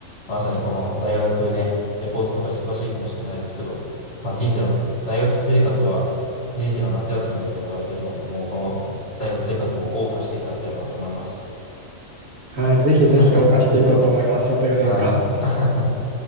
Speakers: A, on the left; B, on the right.
A: まさにこの大学ね、レポートとか忙しいかもしれないですけど、まあ人生の、大学生活は人生の夏休みなんても言われてるので、もうこの大学生活も謳歌していただければなと思います。
B: はい。ぜひぜひ謳歌していこうと思います。
A: <laughs>
B: あと4年間。
A: はい。